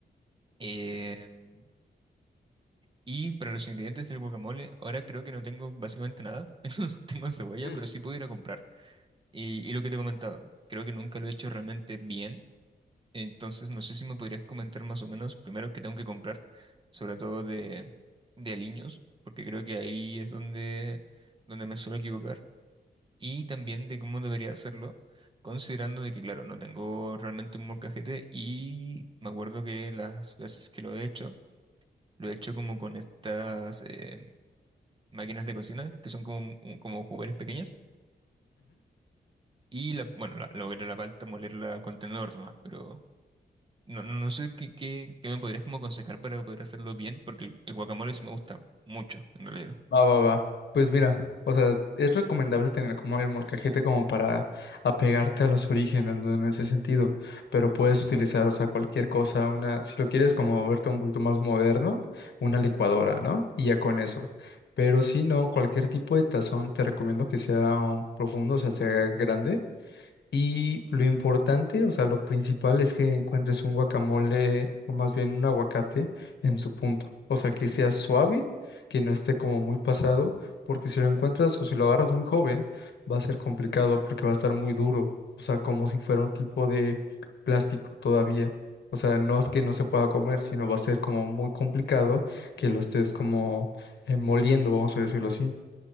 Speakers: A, on the right (about 30°); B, on the left (about 85°).
A: Em, y para los ingredientes del guacamole, ahora creo que no tengo básicamente nada. <laughs> Tengo cebolla,
B: Ujú.
A: pero sí puedo ir a comprar. Y, y lo que te comentaba, creo que nunca lo he hecho realmente bien. Entonces, no sé si me podrías comentar más o menos, primero, qué tengo que comprar, sobre todo de, de aliños, porque creo que ahí es donde, donde me suelo equivocar, y también de cómo debería hacerlo, considerando de que, claro, no tengo realmente un molcajete y me acuerdo que las veces que lo he hecho, lo he hecho como con estas eh, máquinas de cocina, que son como, como juguetes pequeñas, y la, bueno, la, logré la palta molerla con tenedor nomás, pero... No, no no sé qué, qué, qué me podrías como aconsejar para poder hacerlo bien, porque el, el guacamole sí me gusta mucho, en realidad.
B: Va, va, va. Pues mira, o sea, es recomendable tener como el molcajete como para apegarte a los orígenes, ¿no? En ese sentido, pero puedes utilizar, o sea, cualquier cosa, una, si lo quieres como verte un poquito más moderno, una licuadora, ¿no? Y ya con eso. Pero si no, cualquier tipo de tazón, te recomiendo que sea um, profundo, o sea, sea grande, Y lo importante, o sea, lo principal es que encuentres un guacamole o más bien un aguacate en su punto. O sea, que sea suave, que no esté como muy pasado, porque si lo encuentras o si lo agarras muy joven, va a ser complicado porque va a estar muy duro. O sea, como si fuera un tipo de plástico todavía. O sea, no es que no se pueda comer, sino va a ser como muy complicado que lo estés como eh, moliendo, vamos a decirlo así.